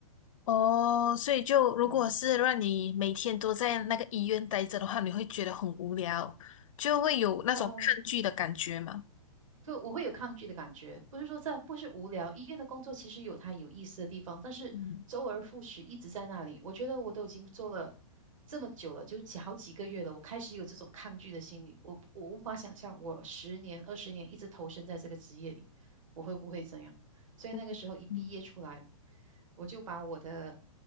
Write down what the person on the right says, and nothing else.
嗯，
呃，就我会有抗拒的感觉，不是说这不是无聊，医院的工作其实有它有意思的地方，但是周而复始一直在那里，
我觉得我都已经做了这么久了，就几好几个月了，我开始有这种抗拒的心理，我我无法想象我十年二十年一直投身在这个职业里，我会不会怎样？所以那个时候一毕业出来，
我就把我的。